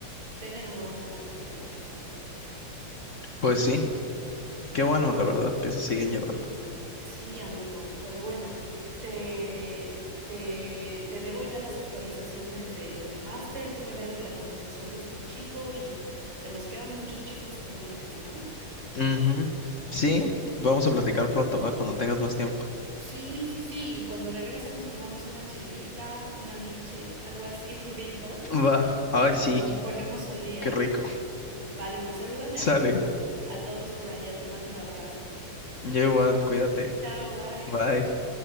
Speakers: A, on the right (about 80°); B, on the left (about 40°).
A: tener una buena relación a pesar de todo.
B: Pues sí, qué bueno, la verdad, que se siguen llevando.
A: Sí, amigo, pero bueno, te, te, te debo ya las actualizaciones de, del máster, tú me debes la actualización de este chico y se nos quedan muchos chismes pendientes, ¿no?
B: Ujú. Sí, vamos a platicar pronto, va, cuando tengas más tiempo.
A: Sí, sí, sí, y cuando regrese nos tomamos una chelita, una miche, algo así <laughs> rico,
B: Va, ay, sí,
A: nos ponemos al día.
B: qué rico.
A: Vale, pues salúdame
B: Sale,
A: a todos, a todos por allá, te mando un abrazo.
B: yo igual, cuídate,
A: Chao, bye.
B: bye.